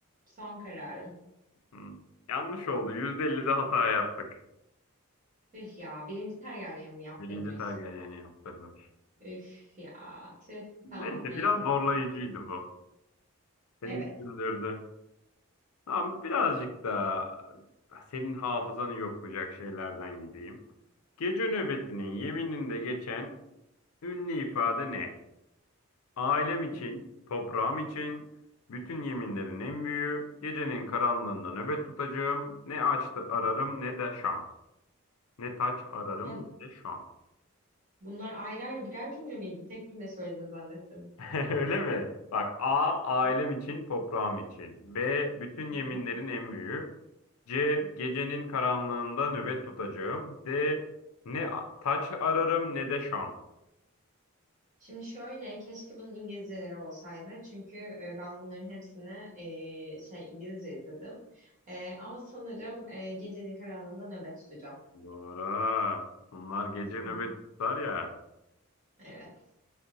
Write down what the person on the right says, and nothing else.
son kararım.
Tüh ya. Birinci Targaryen mi yaptırmış?
Üf ya. Tüh.
Tamam neyse.
Ya,
Evet.
Hı.
Ha,
bunlar ayrı ayrı birer cümle miydi? Tek cümle söylediğini zannettim.
<laughs>
Şimdi şöyle, keşke bunun İngilizceleri olsaydı. Çünkü e, ben bunların hepsini e, şey İngilizce izledim. E, ama sanırım e, gecenin karanlığında nöbet tutacağım.
<laughs>
Evet.